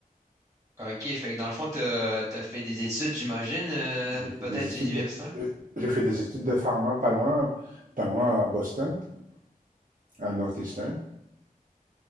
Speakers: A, on the right; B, on the right.
A: OK, fait que dans le fond, t'as, t'as fait des études, j'imagine, euh,
B: J'ai fait
A: peut-être
B: des études
A: universitaire?
B: de, euh, j'ai fait des études de pharma pas loin, pas loin à Boston, à Northeastern.